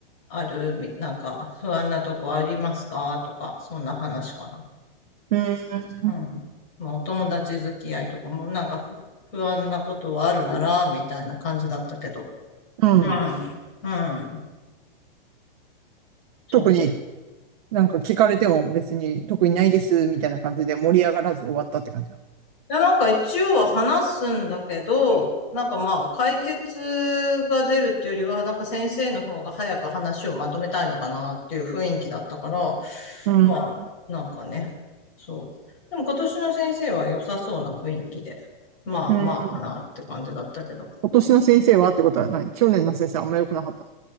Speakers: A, on the left; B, on the right.
A: ある、みなんか、不安なとこありますかとか、そんな話かな
B: ーん、
A: うん。まあ、お友達付き合いとかも、なんかふ不安なことはあるなら、みたいな感じだったけど。
B: うん。
A: うん。うん。そうそう。
B: 特になんか聞かれても別に特にないですみたいな感じで盛り上がらず終わったって感じなの
A: で、なんか一応は話すんだけど、なんかまあ、解決が出るっていうよりは、なんか先生の方が早く話をまとめたいのかなっていう雰囲気だったから、
B: うん、
A: まあ、なんかね、そう。でも今年の先生は良さそうな雰囲気で、まあまあかなって感じだったけど。
B: うん。今年の先生はってことはない。去年の先生あんま良くなかった。